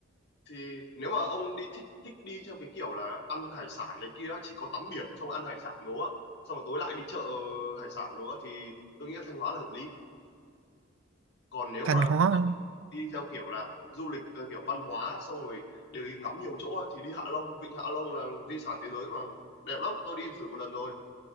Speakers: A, on the left; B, on the right.
A: thì nếu mà ông đi thích thích đi theo cái kiểu là ăn hải sản này kia chỉ có tắm biển xong ăn hải sản đồ xong rồi tối lại đi chợ hải sản đồ thì tôi nghĩ là Thanh Hóa là hợp lý còn nếu
B: Thanh
A: mà
B: Hóa
A: cậu
B: á.
A: đi theo kiểu là du lịch theo kiểu văn hóa xong rồi đều đi ngắm nhiều chỗ ấy, thì đi Hạ Long Vịnh Hạ Long là di sản thế giới mà đẹp lắm tôi đi thử một lần rồi